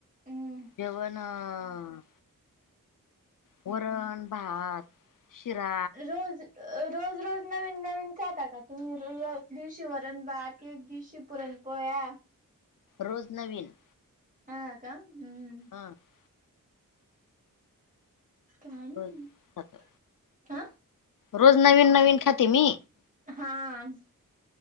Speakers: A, on the right; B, on the left.
A: हम्म
B: जेवण अं वरण भात. शिरा
A: रोज अं रोज रोज नवीन नवीन काय खाता तुम्ही? अं एक दिवशी वरण भात एक दिवशी पुरण पोळ्या.
B: रोज नवीन.
A: हा का? हम्म.
B: हां.
A: काय नाय
B: रोज खातो
A: आ.
B: रोज नवीन नवीन खाते मी.
A: हां.